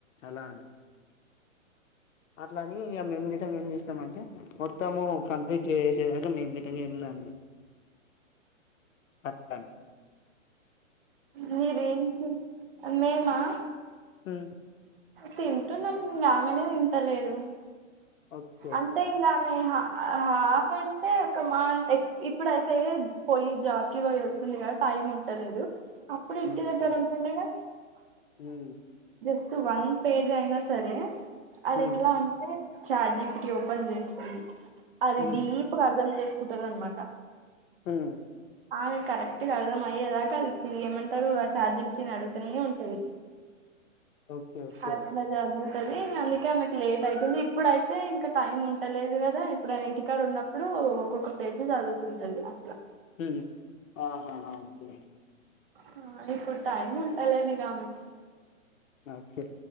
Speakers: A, on the left (about 75°); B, on the right (about 45°).
A: అలా అని అట్లని ఇగ మేము గిట్ల ఏం చేసినామంటే మొత్తము కంప్లీట్ చేసేదాక మేము గిట్ల ఏం అంది అట్టని
B: మీరేంటి మేమా
A: హుమ్
B: తింటున్నాం ఆమెనే తింటలేదు.
A: ఓకే
B: అంతే ఇంగా పోయి హా ఆ హాఫ్ అంటే ఒక మహా అంట్ ఇప్పుడైతే పోయి జాబ్కి పోయి వస్ స్తుంది గదా టైం ఉంటలేదు. అప్పుడు ఇంటి
A: ఓకే
B: దగ్గర ఉంటుండే గా
A: ఉమ్
B: స్ట్ వన్ పేజ్ అయినా సరే అది
A: ఉమ్
B: ఎట్లా అంటే చాట్జి పీటి ఓపెన్ చేస్తది అది
A: ఉమ్
B: డీప్గా అర్థం చేసుకుంటది అనమాట
A: హుమ్
B: ఆమెకి కరెక్ట్ గా అర్థం అయ్యేదాకా అది క్లి ఏమంటారు ఆ చార్జిపీటిని అడుగుతానే ఉంటది.
A: ఓకే ఓకే
B: అట్లా చదువుతది ఇంక అందుకే ఆమెకు లేట్ అయితది. ఇప్పుడు అయితే ఇంకా టైం ఉంటలేదు గదా ఇప్పుడు ఆమె ఇంటికాడ ఉన్నప్పుడు ఒక్కొక్క పేజీ చదువుతుంటంది అట్లా
A: ఉమ్ ఆహాహ ఓకే
B: హా ఇప్పుడు టైం ఉంటలేదు ఇగ ఆమెకి
A: ఓకే